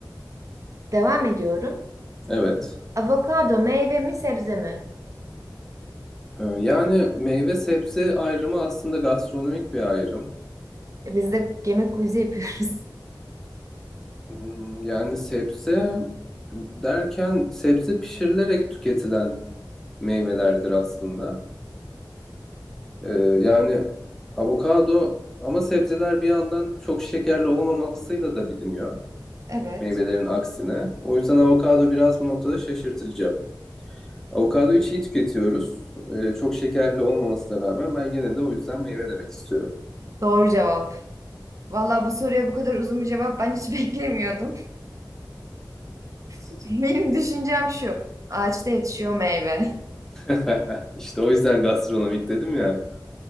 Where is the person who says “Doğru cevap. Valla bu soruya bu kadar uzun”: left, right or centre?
Right